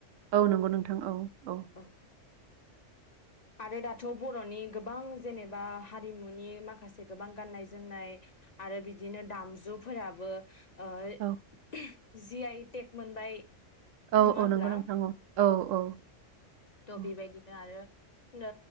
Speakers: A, on the right; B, on the left.
A: औ नंगौ नोंथां औ औ‌
B: औ आरो दाथ' बर'नि गोबां जेनेबा हारिमुनि माखासे गोबां गाननाय जोमनाय आरो बिदिनो दामजुफोराबो ओइ‌
A: औ
B: जि आइ टेक मोनबाय
A: औ
B: नङा होनब्ला
A: औ नंगौ नोंथां औ औ औ
B: त'
A: औ
B: बेबायदिनो आरो नो